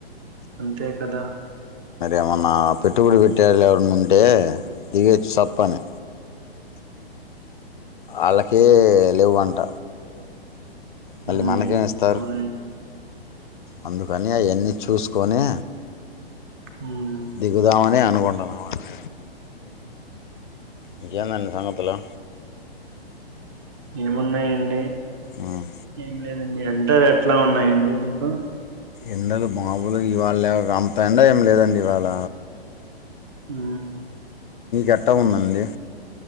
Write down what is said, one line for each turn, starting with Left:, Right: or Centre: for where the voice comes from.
Right: అంతే కదా
Left: ఏమన్నా పెట్టుబడి పెట్టేళ్ళు ఎవన్నా ఉంటే దిగచ్చు చప్పని వాళ్ళకే లేవు అంట మళ్ళీ
Right: మ్మ్.
Left: మనకేమి ఇస్తారు
Right: అవునండి
Left: అందుకని అవన్నీ చూసుకొని
Right: మ్మ్.
Left: దిగుదామని అనుకుంటున్నాము అండి ఇంకేదండీ సంగతులూ
Right: ఏమున్నాయంండి
Left: ఉమ్,
Right: ఏం లేద డి ఎంత ఎట్లా ఉన్నాయండి మీకు
Left: ఎండలు మామూలు ఇవాళ లే అంత ఎడా ఏం లేదండి ఇవాళ
Right: హ
Left: ఎట్ట ఉందందిడి